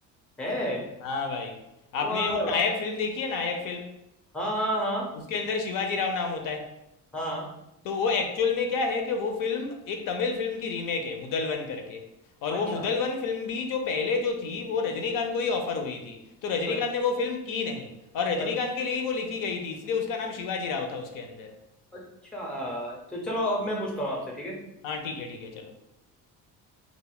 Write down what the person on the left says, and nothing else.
हाँ भाई
आपने वो नायक फिल्म देखी है नायक फिल्म
उसके अंदर शिवाजी राव नाम होता है
तो वो एक्चुअल में क्या है कि वो फिल्म एक तमिल फिल्म की रीमेक है मुदलवन करके और वो
मुदलवन फिल्म भी जो पहले जो थी वो रजनीकांत को ही ऑफर हुई थी तो रजनीकांत
ने वो फिल्म की नहीं और रजनीकांत
के लिए ही वो लिखी गई थी इसलिए उसका नाम शिवाजी राव था उसके अंदर
हाँ ठीक है ठीक है चलो